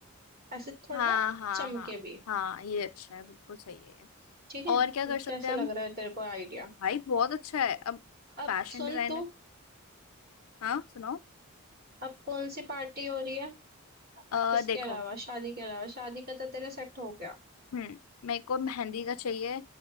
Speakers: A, on the right; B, on the left.
A: ऐसे थोड़ा
B: हाँ हाँ
A: चमके
B: हाँ
A: भी
B: हाँ ये अच्छा है बिल्कुल सही है ये
A: ठीक है
B: और क्या कर सकते
A: कैसे
B: हैं
A: लग
B: हम
A: रहा है तेरे को आइडिया
B: भाई बहुत अच्छा है अब
A: अब
B: फैशन
A: सुन
B: डिजाइनर
A: तू
B: हाँ सुनाओ
A: अब कौन सी पार्टी हो रही है
B: अ
A: इसके
B: देखो
A: अलावा शादी के अलावा शादी का तो तेरा सेट हो गया
B: हम्म मेरे को मेहंदी का चाहिए